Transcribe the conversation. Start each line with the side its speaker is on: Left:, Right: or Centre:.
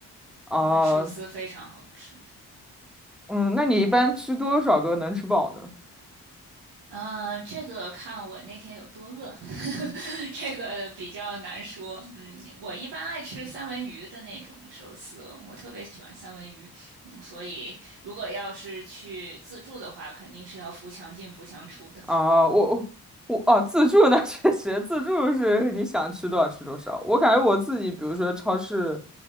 Centre: 啊，
Right: 因为寿司非常好吃。
Centre: 嗯，那你一般吃多少个能吃饱呢？
Right: 嗯，这个看我那天有多饿，<laughs> 这个比较难说。嗯，我一般爱吃三文鱼的那种寿司，我特别喜欢三文鱼。嗯，所以如果要是去自助的话，肯定是要扶墙进、扶墙出的。
Centre: 啊，我我我啊，自助那 <laughs> 确实，自助是你想吃多少吃多少。我感觉我自己，比如说超市，